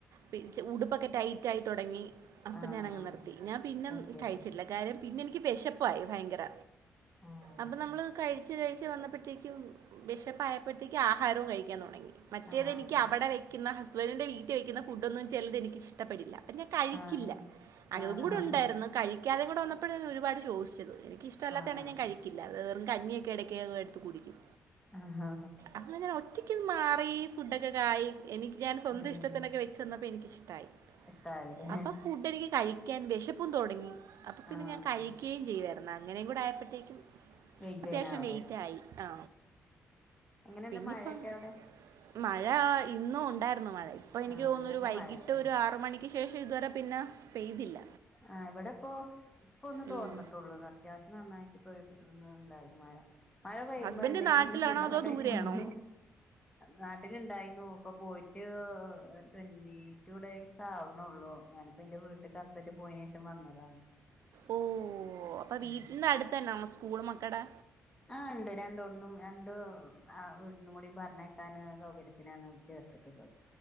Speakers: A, on the right (about 75°); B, on the left (about 15°).
A: പി ച് ഉടുപ്പൊക്കെ ടൈറ്റ് ആയി തുടങ്ങി അപ്പൊ
B: ആഹ്
A: ഞാനങ്ങ്
B: ആഹ്
A: നിർത്ത് ഞാൻ പിന്നെ
B: അതെ
A: കഴിച്ചിട്ടില്ല കാര്യം പിന്നെ എനിക്ക് വെശപ്പായി ഭയങ്കര
B: ആഹ്
A: അപ്പം നമ്മ് നമ്മൾ കഴിച്ച് കഴിച്ച് വന്നപ്പോഴത്തേക്കും വിശപ്പായപ്പോഴത്തേക്കും ആഹാരവും കഴിക്കാൻ തുടങ്ങി. മറ്റേത്
B: ആഹ്
A: എനിക്ക് അവിടെ വയ്ക്കുന്ന ഹസ്ബൻഡിന്റെ വീട്ടിൽ വെക്കുന്ന ഫുഡൊന്നും ചിലത് എനിക്കിഷ് ട്ടപ്പെടില്ല അപ്പം ഞാൻ കഴിക്കില്ല.
B: ആഹ്
A: അതും
B: ആഹ്
A: കൂടെ
B: ആഹ്
A: ഉണ്ടായിരുന്നു കഴിക്കാതെ കൂടെ വന്നപ്പോഴാ ഞാ ഒരുപാട് ശോഷിച്ചത് എനിക്ക്ഷ്ടല്ലാത്തെ
B: ആഹ്
A: ആണെങ്കി ഞാൻ കഴി ക്കില്ല അത് വെറും കഞ്ഞിയൊക്കെ ഇടക്ക്ക്കെ എടുത്ത് കുടിക്കും.
B: ആഹ് ഹാ
A: അങ്ങനെ ഒറ്റക്ക് മാറി ഫുഡൊക്കെ കായി എനിക്ക് ഞാൻ സ്വന്തം
B: ഉം
A: ഇഷ്ടത്തിനൊക്കെ വെക് ചെന്നപ്പോ എനിക്കിഷ്ടായി
B: ഇഷ്ടായില്ലേ
A: അപ്പൊ ഫുഡ് എനിക്ക് കഴിക്കാൻ വിശപ്പും തുടങ്ങി അപ്പൊ പിന്നെ
B: ആഹ്
A: ഞാൻ കഴികകയും ചെയ്യുവാരുന്നു അങ്ങനേം കൂടെ ആയപ്പോഴത്തേക്കും
B: <unintelligible>
A: അത്യാവശ്യം വെയിറ്റായി ആ
B: എങ്ങനെയുണ്ട്
A: പിന്നിപ്പം
B: മഴയൊക്കെ അവിടെ?
A: മഴ ഇന്നും ഉണ്ടായിരുന്നു മഴ ഇപ്പൊ എനിക്ക്
B: ആഹ്
A: തോന്നുന്നു
B: നല്ല
A: ഒരു വൈകിട്ട്
B: മഴയല്ലേന്ന്
A: ഒരു ആറ് മണി ശേഷം ഇതുവരെ പിന്നെ പെയ്തില്ല.
B: ആ ഇവിടെ ഇപ്പോ ഇപ്പൊ ഒന്ന്
A: ഉം
B: തോർന്ന് ട്ടൂള്ളു അത്യാവശ്യം നന്നായിട്ട് പെയ് <unintelligible> ണ്ടായിരുന്നു മഴ. മഴ പെയ്യുമ്പോ
A: ഹസ്ബൻഡ്
B: എന്തെങ്കിലും
A: നാട്ടിലാണോ
B: ഫുഡൊക്കെ
A: അതോ
B: കഴിക്കാൻ
A: ദൂരെയാണോ
B: തോന്നു നാട്ടില് ഇണ്ടായിന്നു ഇപ്പൊ പോയിട്ട് ട്വന്റി ടു ഡേയ്സ് താകുന്നേ ഉള്ളൂ ഞാനിപ്പ എന്റെ വീട്ടി ഹസ്ബന്റ് പോയന് ശേഷം വന്നതാണ്.
A: ഓ അപ്പൊ വീട്ടിന്റെ
B: ഉം
A: അടുത്ത്ന്നെ നമ്മ സ്കൂള് മക്കടെ
B: ആ ഉണ്ട് രണ്ടോടന്നും രണ്ട് അ വീട്ടിന്നും കൂടി പറഞ്ഞേക്കാന് സൗകര്യ ത്തിനാണ് ചേർത്തിട്ടുള്ളത്